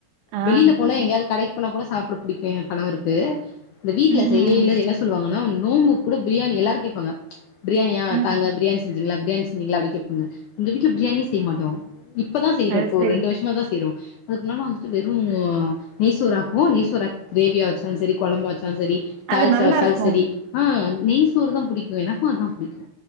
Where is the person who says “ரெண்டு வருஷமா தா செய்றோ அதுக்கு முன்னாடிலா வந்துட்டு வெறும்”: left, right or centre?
Left